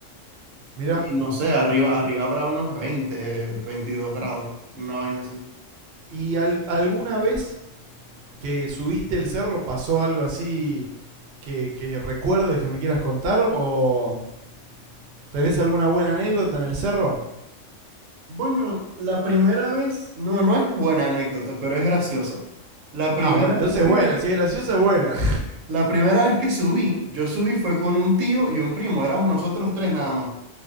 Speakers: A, on the right (about 60°); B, on the right (about 80°).
A: Mirá,
B: Y no sé, arriba, arriba habrá unos 20, 22 grados, una vaina así.
A: ¿y al- alguna vez que subiste el cerro pasó algo así que, que recuerdes que me quieras contar o tenés alguna buena anécdota en el cerro?
B: Bueno, la primera vez, no, no es buena anécdota, pero es graciosa. La primera
A: Ah, bueno, entonces
B: vez
A: es
B: que,
A: buena, si es graciosa es buena. <laughs>
B: la primera vez que subí, yo subí fue con un tío y un primo, éramos nosotros tres nada más.